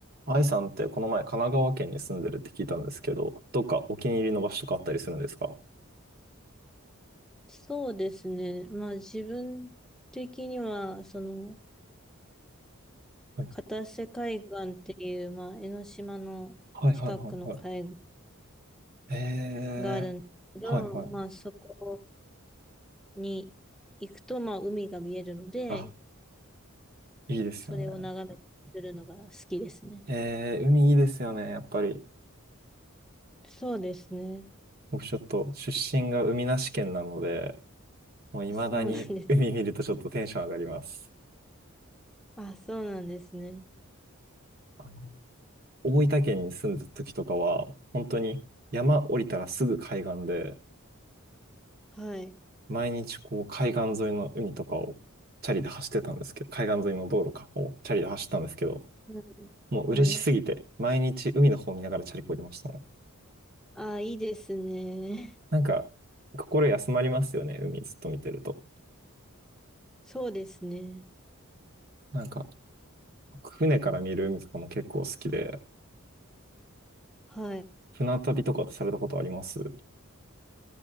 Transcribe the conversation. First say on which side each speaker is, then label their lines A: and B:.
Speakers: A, on the right; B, in the centre.
A: 愛さんってこの前神奈川県に住んでるって聞いたんですけど、どっかお気に入りの場所とかあったりするんですか
B: そうですね。まあ自分的には、その、
A: はい
B: 片瀬海岸っていう、まあ江ノ島の近くの海岸
A: はいはいはいはいい。え
B: があるんですけど、
A: ー、はいはい。
B: まあそこに行くと、まあ海が見えるので、
A: あ、いいですよね。
B: それを眺めてるのが好きですね。
A: えー、海いいですよね、やっぱり。
B: そうですね。
A: 僕ちょっと出身が海なし県なので、もう未だに海見るとちょっとテンション上がります。
B: そうなんです。あ、そうなんですね。
A: あの、大分県に住んだ時とかは、本当に山降りたらすぐ海岸で、
B: はい。
A: 毎日こう海岸沿いの海とかをチャリで走ってたんですけど、海岸沿いの道路かをチャリで走ってたんですけど、
B: はい。
A: もう嬉しすぎて、
B: はい。
A: 毎日海の方見ながらチャリこいでましたね。
B: あ、いいですね。
A: なんか、心休まりますよね、海ずっと見てると。
B: そうですね。
A: なんか、僕船から見る海とかも結構好きで、
B: はい。
A: 船旅とかされたことあります